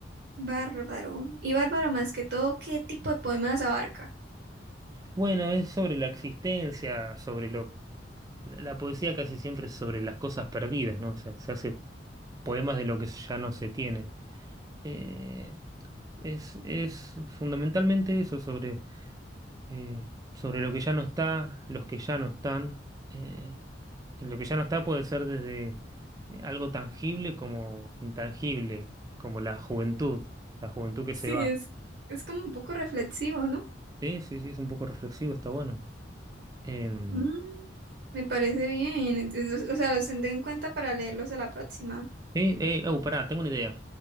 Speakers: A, on the right (about 65°); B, on the right (about 20°).
A: Bárbaro. Y bárbaro más que todo, ¿qué tipo de poemas abarca?
B: Bueno, es sobre la existencia, sobre lo... La poesía casi siempre es sobre las cosas perdidas, ¿no? O sea, se hace poemas de lo que ya no se tiene. Eh, es, es fundamentalmente eso, sobre, eh, sobre lo que ya no está, los que ya no están. eh, Y lo que ya no está puede ser desde eh, algo tangible como intangible, como la juventud, la juventud que
A: Sí,
B: se va.
A: es, es como un poco reflexivo, ¿no?
B: Sí, sí, sí, es un poco reflexivo, está bueno. Em,
A: Mm, Me parece bien. Entonces, o sea, los tendré en cuenta para leerlos de la próxima.
B: sí, eh, oh, pará, tengo una idea.